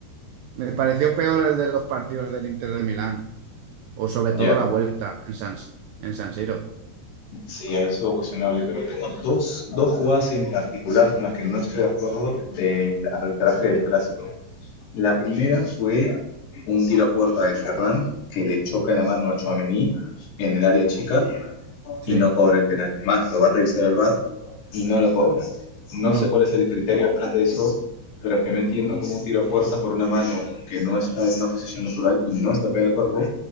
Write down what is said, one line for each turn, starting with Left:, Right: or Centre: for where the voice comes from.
Right: Me pareció peor el de los partidos del Inter de Milán, o sobre todo
Left: Ya,
Right: la vuelta en San, en San Siro.
Left: sí, ahí estuvo cuestionable, pero tengo dos, dos jugadas en particular con las que no estoy de acuerdo del arbitraje del clásico. La primera fue un tiro a puerta de Ferran que le choca la mano a Tchouaméni en el área chica
Right: Sí,
Left: y no cobra el penal. Más, lo va a revisar el VAR y no lo cobra. No
Right: no,
Left: sé cuál es el criterio detrás de eso, pero es que no entiendo cómo un tiro a puerta por una mano que no está en una posición natural y no está pegada al cuerpo